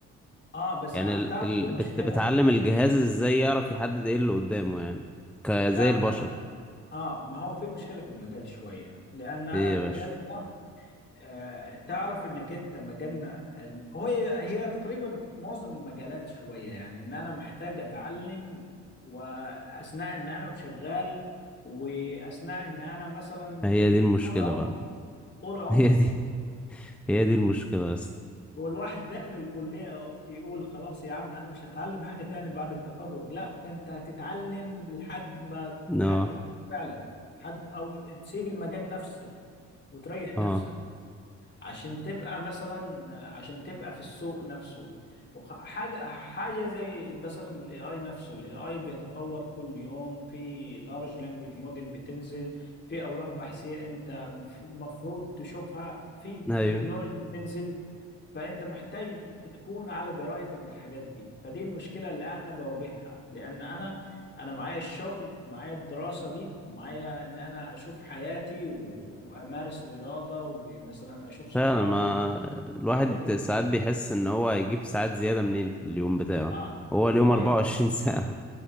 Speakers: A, on the left (about 35°); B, in the centre.
A: اه بس
B: يعني
A: ع-
B: ال...
A: تعرف
B: ال...
A: في
B: بت...
A: مشكلة
B: بتعلم الجهاز ازاي يعرف يحدد ايه اللي قدامه يعني كزي
A: تعرف
B: البشر
A: أنا اه ما هو في مشكلة في المجال شوية لأن أنا
B: ايه
A: المجال
B: يا باشا
A: ده آه تعرف إنك أنت مجالنا الم- هو هي هي تقريبا معظم المجالات شوية يعني إن أنا محتاج أتعلم وأثناء إن أنا شغال وأثناء إن أنا مثلا
B: هي دي المشكلة
A: طول عمري
B: بقى
A: طول
B: <laughs>
A: عمري
B: هي دي هي دي المشكلة يا اسطى
A: والواحد داخل الكلية يقول خلاص يا عم أنا مش هتعلم حاجة تاني بعد التخرج لا ده أنت هتتعلم لحد ما لحد
B: اه
A: ما تموت فعلا حد أو تسيب المجال نفسه وتريح
B: اه
A: نفسك عشان تبقى مثلا عشان تبقى في السوق نفسه وخ- حاجة حاجة زي مثلا الاي اي نفسه الاي اي بيتطور كل يوم في لارج لانجوج موديل بتنزل في اوراق بحثية انت مف- مفروض تشوفها في
B: ايوه
A: تكنولوجي بتنزل فانت محتاج تكون على درايه بالحاجات دي فدي المشكله اللي انا بواجهها لان انا انا معايا الشغل ومعايا الدراسه دي ومعايا ان انا اشوف حياتي و- وامارس رياضه ومثلا اشوف صحابي
B: فعلا ما الواحد
A: الحاجات اللي
B: ساعات
A: زي كده
B: بيحس ان هو هيجيب ساعات زيادة منين في اليوم بتاعه
A: اه
B: هو اليوم
A: الواحد
B: 24 ساعة